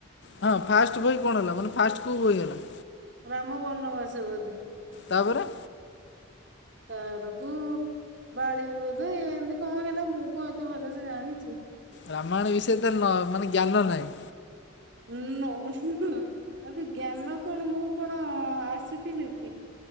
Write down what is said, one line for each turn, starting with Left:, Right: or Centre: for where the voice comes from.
Left: ହଁ ଫାଷ୍ଟ ବହି କଣ ହେଲା ମାନେ ଫାଷ୍ଟ କୋଉ ବହି ହେଲା?
Right: ରାମ ବନବାସ ବୋଧେ।
Left: ତାପରେ?
Right: ତାପରକୁ ବାଳିବଧ ଏମିତି କଣ ହେଲା ମୁଁ କଣ ଏତେ ଭଲସେ ଜାଣିଛି।
Left: ରାମାୟଣ ବିଷୟ ତ ନ ମାନେ ଜ୍ଞାନ ନାହିଁ।
Right: ହୁଁ ନୋ <unintelligible> ଆବେ ଜ୍ଞାନ କଣ ମୁଁ କଣ ଆସିଥିଲି କି।